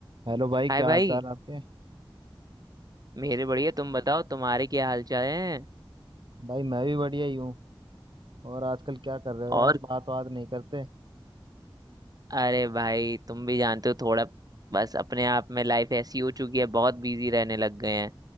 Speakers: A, on the right (about 60°); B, on the right (about 45°).
A: हेलो भाई
B: हाय
A: क्या
B: भाई
A: हाल चाल आपके
B: मेरे बढ़िया तुम बताओ तुम्हारे क्या हाल चाल हैं
A: भाई मैं भी बढ़िया ही हूँ और आजकल क्या कर रहे हो
B: और
A: यार बात बात नहीं करते
B: अरे भाई तुम भी जानते हो थोड़ा बस अपने आप में लाइफ ऐसी हो चुकी है बहुत बिजी रहने लग गए हैं